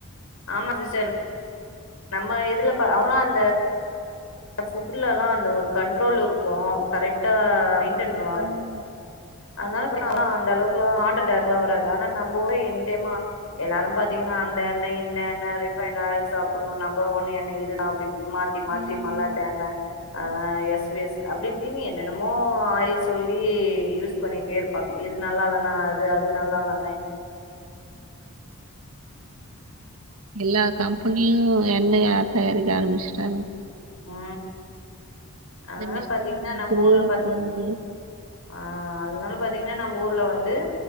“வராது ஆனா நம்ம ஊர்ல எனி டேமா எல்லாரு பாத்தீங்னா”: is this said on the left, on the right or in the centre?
Left